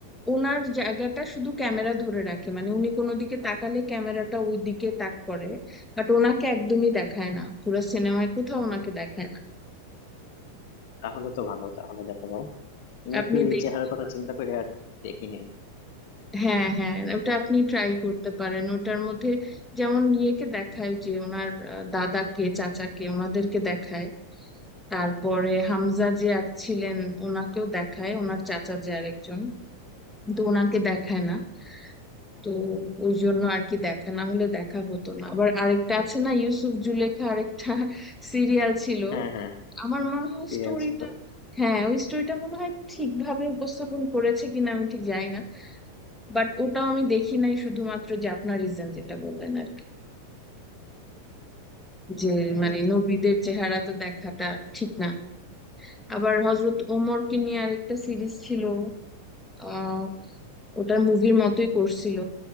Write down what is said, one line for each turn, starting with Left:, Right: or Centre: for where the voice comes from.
Centre: ওনার জায়গাটা শুধু ক্যামেরা ধরে রাখে মানে উনি কোনো দিকে তাকালে ক্যামেরাটা ওই দিকে তাক করে বাট ওনাকে একদমই দেখায় না পুরো সিনেমায় কোথাও ওনাকে দেখায় না
Left: তাহলে তো ভালো তাহলে দেখা যাও তোমার
Centre: আপনি
Left: কি ওই
Centre: দেখতে
Left: চেহারার কথা
Centre: পারেন
Left: চিন্তা করে আর দেখি নাই
Centre: হ্যাঁ হ্যাঁ ওটা আপনি ট্রাই করতে পারেন ওটার মধ্যে যেমন ইয়েকে দেখায় যে ওনার আহ, দাদাকে চাচাকে ওনাদেরকে দেখায় তারপরে হামজা যে আ- ছিলেন ওনাকেও দেখায় ওনার চাচা যে আরেকজন কিন্তু ওনাকে দেখায় না তো ওই জন্য আর কি দেখা না হলে দেখা হতো না আবার আরেকটা আছে না ইউসুফ জুলেখা আরেকটা <laughs> সিরিয়াল ছিল
Left: হ্যাঁ হ্যাঁ
Centre: আমার মনে হয়
Left: সিরিয়াল
Centre: স্টোরিটা
Left: ছিল
Centre: হ্যাঁ ওই স্টোরিটা মনে হয় ঠিকভাবে উপস্থাপন করেছে কিনা আমি ঠিক জানি না বাট ওটাও আমি দেখি নাই শুধুমাত্র যে আপনার রিজন যেটা বললেন আর কি, যে
Left: হ্যাঁ।
Centre: মানে নবীদের চেহারা তো দেখাটা ঠিক না আবার হজরত ওমরকে নিয়ে আরেকটা সিরিজ ছিল আহ ওটার মুভির মতোই করছিল